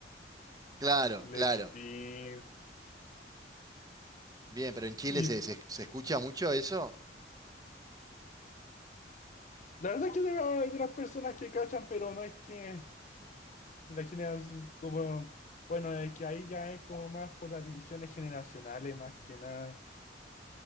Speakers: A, on the right; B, on the left.
A: Claro,
B: Let
A: claro.
B: It Be.
A: Bien, pero en Chile
B: Y
A: se, se- se escucha mucho eso.
B: la verdad es que tengo algunas personas que cachan, pero no es que la generación, como, bueno, es que ahí ya es como más por las divisiones generacionales, más que nada.